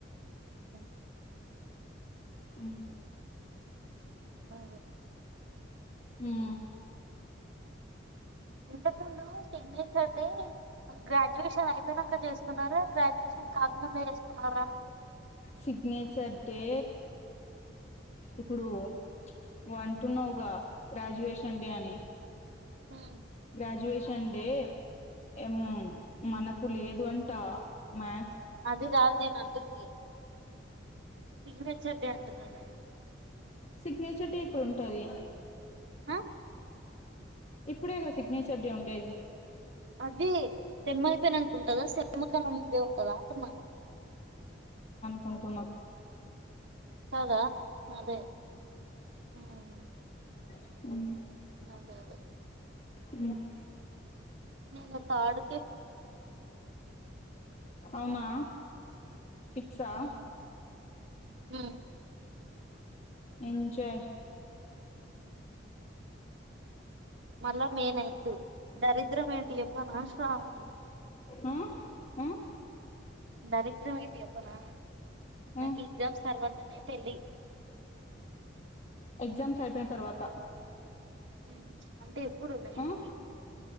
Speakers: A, on the right; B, on the left.
A: ఓ
B: హుమ్
A: ఆ
B: ఉమ్
A: ఇంతక్ ముందు నూ సిగ్నేచర్ది గ్రాడ్యుయేషన్ అయిపోయినంక చేసుకున్నారా గ్రాడ్యుయేషన్ కాకముందే చేసుకున్నారా?
B: సిగ్నేచర్ డే ఇప్పుడు, నువంటున్నావుగా గ్రాడ్యుయేషన్ డే అని
A: హ్మ్
B: గ్రాడ్యుయేషన్ డే ఎమ్ మనకు లేదు అంట మ్యా
A: అది కాదు నేనంటుంది సిగ్నేచర్ డే <unintelligible>
B: సిగ్నేచర్ డే ఎప్పుడుంటది
A: హ
B: ఇప్పుడేగా సిగ్నేచర్ డే ఉండేది.
A: అది సెంమైపైనంక ఉంటదా కన్న సెంమ్ కన్న ముందు ఉంటందా అంటున్నా
B: పనుకున్న
A: కాదా అదే హ్మ్
B: అవునా
A: అదే అదే
B: ఉమ్
A: నేను తాడు
B: అవునా ఫిక్సా
A: హ్మ్. హ్మ్.
B: ఎంజాయ్
A: మళ్ళా మే నైన్త్ దరిద్రం ఏంటి చెప్పనా శ్రావణి
B: ఆ ఆ
A: దరిద్రంమేన్ ఎవ్వనా నాకి
B: ఆ
A: ఎక్జామ్స్ తర్వాతనే పెళ్ళి
B: ఎగ్జామ్స్ అయిపోయి తర్వాత
A: ఉమ్, అంటే ఎప్పుడు నైన్త్
B: ఆ
A: కి